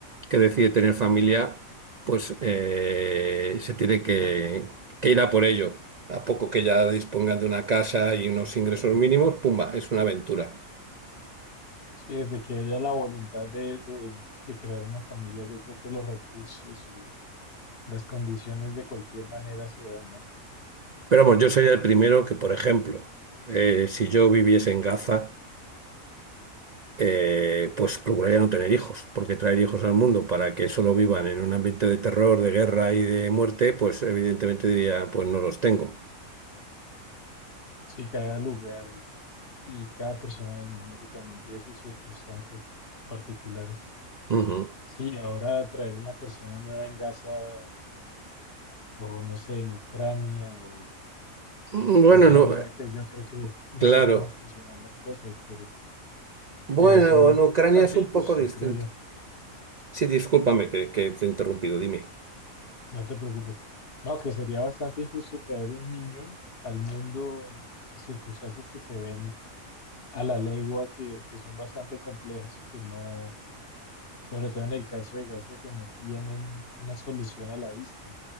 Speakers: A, on the right; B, on the left.
A: que decide tener familia, pues eh, se tiene que, que ir a por ello. A poco que ya dispongan de una casa y unos ingresos mínimos, pumba, es una aventura.
B: sí, desde que haya la voluntad de, de, de crear una familia, yo creo que los recursos y las condiciones de cualquier manera se dan, ¿no?
A: Pero vamos, yo sería el primero que, por ejemplo, eh, si yo viviese en Gaza, eh, pues procuraría no tener hijos, porque traer hijos al mundo para que solo vivan en un ambiente de terror, de guerra y de muerte, pues evidentemente diría, pues no los tengo.
B: Sí, cada lugar y cada persona me imagino que también tiene sus circunstancias particulares.
A: Ujú.
B: Sí, ahora traer una persona nueva en Gaza o no sé, en Ucrania o
A: Mm, Bueno,
B: Corea
A: no,
B: del
A: eh,
B: Norte, yo creo que no
A: claro.
B: sé cómo funcionan las cosas, pero,
A: Bueno,
B: pero sí
A: en
B: es
A: Ucrania
B: bastante
A: es un
B: injusto,
A: poco distinto.
B: creo yo.
A: Sí, discúlpame que, que te he interrumpido, dime.
B: No te preocupes. No, que sería bastante injusto traer un niño al mundo en circunstancias que se ven a la legua, que, que son bastante complejas y que no, sobre todo en el caso de Gaza, que no tienen una solución a la vista.